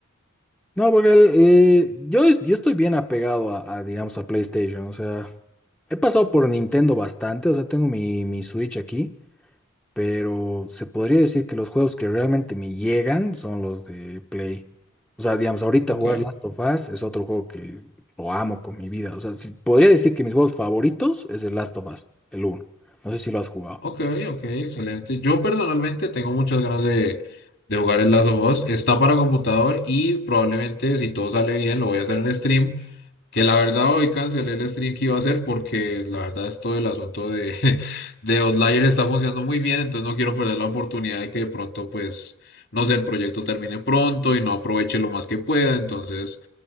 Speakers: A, in the centre; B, on the left (about 55°).
A: No, porque el- el- yo, yo estoy bien apegado a, a, digamos, a PlayStation. O sea, he pasado por Nintendo bastante. O sea, tengo mi, mi Switch aquí. Pero se podría decir que los juegos que realmente me llegan son los de Play. O sea, digamos, ahorita
B: Ok,
A: jugar Last of Us es otro juego que lo amo con mi vida. O sea, sí, podría decir que mis juegos favoritos es el Last of Us, el uno No sé si lo has jugado.
B: ok, ok, excelente. Yo personalmente tengo muchas ganas de, de jugar el Last of Us. Está para computador y probablemente, si todo sale bien, lo voy a hacer en stream. Que la verdad hoy cancelé el stream que iba a hacer porque la verdad es todo el asunto de, <laughs> de Outlier está funcionando muy bien, entonces no quiero perder la oportunidad de que de pronto pues, no sé, el proyecto termine pronto y no aproveche lo más que pueda, entonces